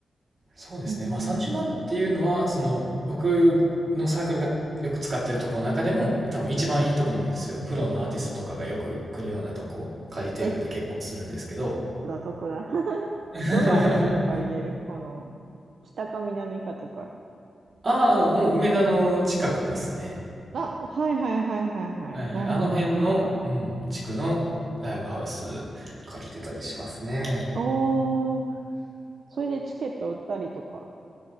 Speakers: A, on the right; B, on the right.
A: そうですね。
B: うん。
A: まあ30万っていうのは、その僕のサークルがよく使ってるとこの中でも多分一番いいとこなんですよ。プロのアーティストとかがよく来るようなとこ借りてるんで結構するんですけど。
B: え、どこだ、どこだ。<laughs>
A: <laughs>
B: どのあたりとか言えるこの、北か南かとか。
A: ああ、あの、もう梅田の近くですね。
B: あ、はいはいはいはいはい。
A: はいはい。
B: なるほど、
A: あの辺の、
B: なるほど。
A: うん、地区のライブハウス借りてたりしますね。
B: おー、それでチケット売ったりとか。